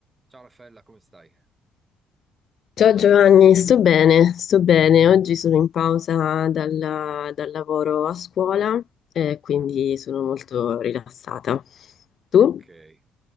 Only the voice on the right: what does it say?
Ciao Raffaella, come stai?
Ah,
ok.